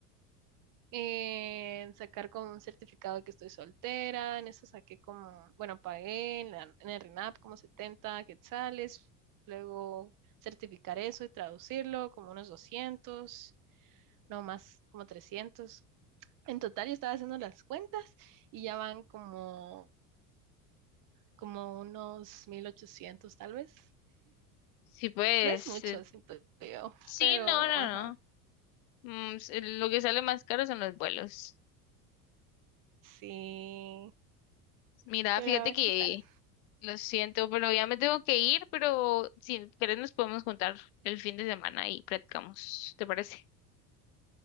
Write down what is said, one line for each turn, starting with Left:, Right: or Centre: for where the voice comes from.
Right: En sacar como un certificado de que estoy soltera, en eso saqué como, bueno, pagué en, la- en el RENAP como 70 quetzales, luego certificar eso y traducirlo como unos doscientos no más como trescientos En total, yo estaba haciendo las cuentas y ya van como, como unos 1800 tal vez.
Left: Sí, pues,
Right: No es mucho,
Left: eh,
Right: siento yo,
Left: sí,
Right: pero
Left: no, no,
Right: ajá,
Left: no. Mm, s- lo que sale más caro son los vuelos.
Right: sí.
Left: Mira,
Right: Pero
Left: fíjate
Right: a ver
Left: que
Right: qué tal.
Left: lo siento, pero ya me tengo que ir, pero si querés nos podemos juntar el fin de semana y platicamos, ¿te parece?